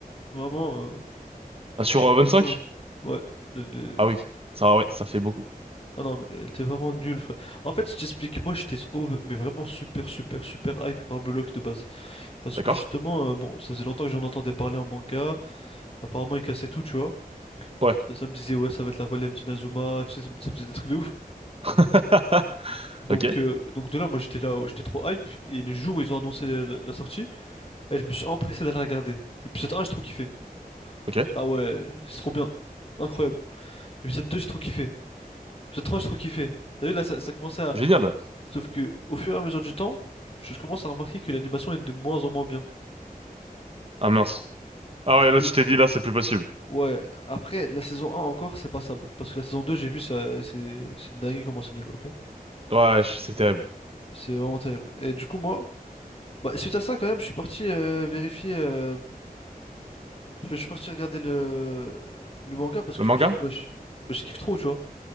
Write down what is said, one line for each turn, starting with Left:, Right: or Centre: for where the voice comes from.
Left: Vraiment, euh,
Right: Ah, sur
Left: l'animation.
Right: euh, cinq
Left: Ouais. le- le-
Right: Ah oui, ça, ouais, ça fait beaucoup.
Left: Ah non, mais elle était vraiment nulle, frère. En fait, je t'explique, moi j'étais over- mais vraiment super, super, super hype par Blue Lock de base. Parce
Right: D'accord?
Left: que justement, euh, bon, ça faisait longtemps que j'en entendais parler en manga. Apparemment, il cassait tout, tu vois.
Right: Ouais.
Left: Ça, ça me disait, ouais, ça va être la relève d'Inazuma, tu sais, ça me ça me disait des trucs de ouf.
Right: <laughs>
Left: Donc,
Right: Ok,
Left: euh, donc de là, moi j'étais là, j'étais trop hype. Et le jour où ils ont annoncé la, la- la sortie, eh, je me suis empressé d'aller regarder. Épisode 1, j'ai trop kiffé.
Right: ok.
Left: Ah ouais, c'est trop bien. Incroyable. Épisode 2 j'ai trop kiffé. Épisode 3 j'ai trop kiffé. T'as vu, là, ça, ça commençait à.
Right: Génial.
Left: Sauf que, au fur et à mesure du temps, je, je commence à remarquer que l'animation est de moins en moins bien.
Right: Ah mince. Ah
Left: Du
Right: ouais,
Left: coup,
Right: là, tu t'es dit, là, c'est plus possible.
Left: ouais, après, la saison un encore, c'est passable. Parce que la saison 2 j'ai vu, ça- c'est c'est dingue comment c'est nul, ok?
Right: Ouais, je- c'est terrible.
Left: C'est vraiment terrible. Et du coup, moi, bah, suite à ça, quand même, je suis parti euh, vérifier. euh, Je suis parti regarder le, le manga parce que
Right: Le manga?
Left: je me suis dit, wesh, bah, je kiffe trop, tu vois.